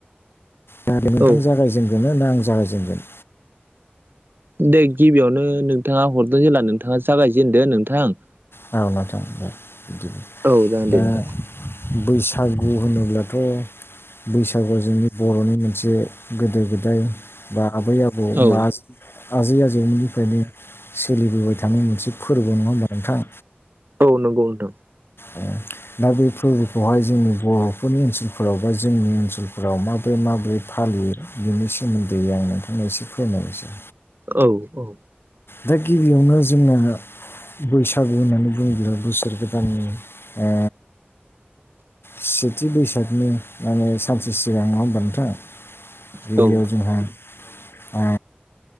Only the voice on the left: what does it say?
दा नोंथां
जागायजेनगोना आं जागायजेनगोन?
औ नोंथां दे
दा
बैसागु होनोब्लाथ' बैसागुआ जोंनि बर'नि मोनसे गोदो गोदाय बा आबै आबौ
बा आजै आजै आजौमोननिफ्रायनो सोलिबोबाय थानाय मोनसे फोरबो नङा होनबा नोंथां?
औ <unintelligible> दा बे फोरबोखौहाय जोंनि बर'फोरनि ओनसोलफोराव बा जोंनि ओनसोलफोराव माबोरै माबोरै फालियो? बिनि सोमोन्दै आं नोंथांनो एसे फोरमायनोसै
दा गिबियावनो जोंनो बैसागु होननानै बुङोब्ला बोसोर गोदाननि ओ सेथि बैसागोनि माने सानसे सिगां नङा होनबा नोंथां? गिबियाव
जोंहा ओ